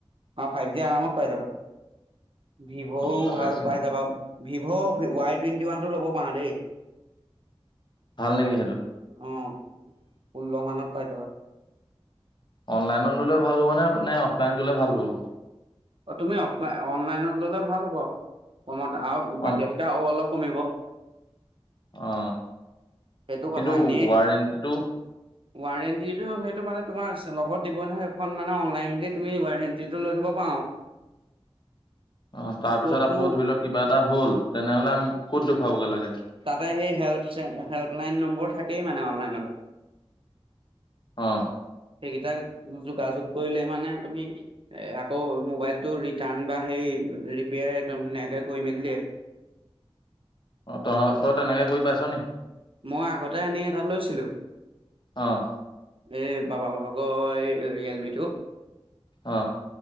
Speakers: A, on the right; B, on the left.
A: অ ফাইভ জি আৰামত পাই যাবা। ভিভ'ও
B: তাকে
A: ভাল পাই যাবা ভিভ' ৱাই টুৱেণ্টি ওৱান টো ল'ব পাৰে
B: ভাল নেকি সেইটো।
A: অ ষোল্ল মানত পাই যাবা।
B: অনলাইনত ল'লে ভাল হ'ব নে নে অফলাইন গ'লে ভাল হ'ব
A: অ তুমি অফলাই অনলাইনত ল'লে ভাল হ'ব আও কমত আৰু
B: অ
A: বাহিৰতকে আৰু অলপ কমিব
B: অ
A: সেইটো কথা
B: কিন্তু
A: এনেই
B: ৱাৰেণ্টিটো
A: ৱাৰেণ্টিটো সেইটো মানে তোমাৰ লগত দিব নহয় এইখন মানে অনলাইনিল তুমি ৱাৰেণ্টিটো লৈ থ'ব পাৰা আৰু।
B: অ তাৰ
A: ক'তনো
B: পিছত আকৌ ধৰি লোৱা কিবা এটা হ'ল তেনেহলে আমি ক'ত দেখুৱাবগে লাগে
A: তাতে সেই হেল্প হেল্পলাইন নম্বৰ। <unintelligible> থাকেই মানে অনলাইনৰ
B: অ
A: সেইকেইটা যোগাযোগ কৰিলে মানে তুমি আকৌ ম'বাইল টো ৰিটাৰ্ণ বা সেই ৰিপিয়াৰ ধুনীয়াকে কৰি মেলি দিয়ে।
B: অ তহঁ তই তেনেকে কৰি পাইছ নি?
A: মই আগতে আনি এটা লৈছিলোঁ।
B: অ
A: এই বাবা ভাগৰ এই ৰিয়েলমি টো
B: অ